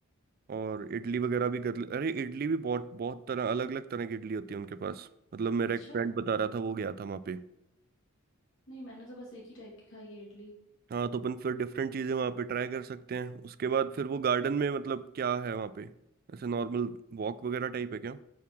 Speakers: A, on the right (about 45°); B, on the left (about 65°).
A: और इडली वगैरह भी कर ले अरे इडली भी बहुत बहुत तरह अलग अलग तरह की इडली होती है उनके पास मतलब मेरा
B: अच्छा
A: एक फ्रेंड बता रहा था वो गया था वहाँ पे
B: नहीं मैंने तो बस एक ही टाइप की खाई है इडली
A: हाँ तो अपन फिर डिफरेंट चीज़ें वहाँ पे ट्राई कर सकते हैं उसके बाद फिर वो गार्डन में मतलब क्या है वहाँ पे ऐसे नॉर्मल वॉक वगैरह टाइप है क्या